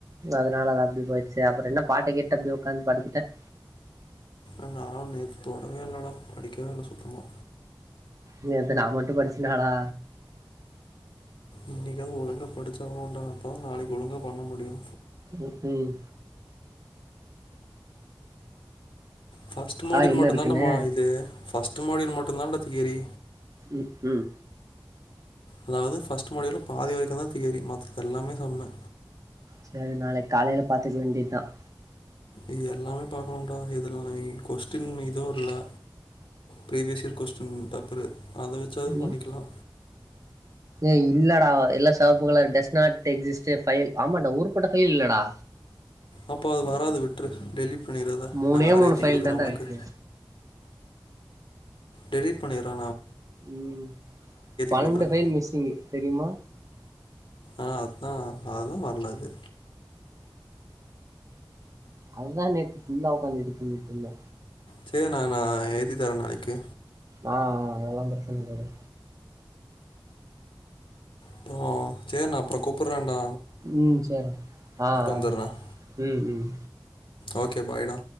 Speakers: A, on the right; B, on the left.
A: அதனால அத அப்படி போயிடுச்சு அப்புறம் என்ன பாட்டை கேட்டு அப்படியே உட்காந்து படுத்துட்டேன்
B: ஆன ஆம் நேத்து தொடவே இல்லடா படிக்கவேஇல்ல சுத்தமா
A: நேத்து நா மட்டு படிச்சனடா
B: இன்னைக்காவது ஒழுங்கா படிச்சாகனும்டா அப்போ தான் நாளைக்கு ஒழுங்காக பண்ண முடியு
A: உம் உம்
B: ஃபர்ஸ்ட் மாடல்
A: என்ன
B: மட்டு
A: இருக்குன்னு
B: தான் நம்ம இது ஃபர்ஸ்ட் <unintelligible> இதான்டா தியரி
A: ம் ம்
B: அதாவது ஃபர்ஸ்ட் மொடில பாதி வரைக்கு தான் தியறி மத்தது எல்லாமே சம்மு
A: சரி நாளைக்கு காலையில பாத்துக்க வேண்டியது தான்
B: இ எல்லாமே பாக்கணும்டா இது கொஸ்டின் இதுவும் இல்ல பீரிவியஸ் இயர் கொஸ்டின் பேப்பரு அத வச்சாவது பண்ணிக்கலா
A: ம் ஏய் இல்லடா எல்லா செவப்பு colour does not exist file ஆமாடா ஊருப்பட்ட ஃபைல் இல்லடா
B: அப்போ அது வராது விட்ரு டெலிட் பண்ணிடுறத
A: மூணே
B: நான் வேறு
A: மூணு
B: ஏற்றி
A: ஃபைல்
B: கொடுக்குறேன்
A: தான்டா
B: உனக்கு
A: இருக்கு
B: டெலிட் பண்ணிறா
A: ம் பன்னெண்டு
B: கொடுக்குறேன்
A: ஃபைல் மிஸ்ஸிங்கு தெரியுமா
B: ஆ அதா அதுதா வரல அது
A: அதுதா நேத்து ஃபுல்லா உக்காந்து இது பண்ணிட்டுருந்த
B: சேரி நா நா ஏத்திதரே நாளைக்கு
A: ஆ ஆ அதல்லா பிரச்சனயில்லவுடு
B: அப்றோ சேரி நா அப்றோ கூப்புட்றன்டா
A: ம் செர்றா ஆ ஆ
B: வந்துடுறேன்
A: ம் ம்
B: ஓகே பாய்டா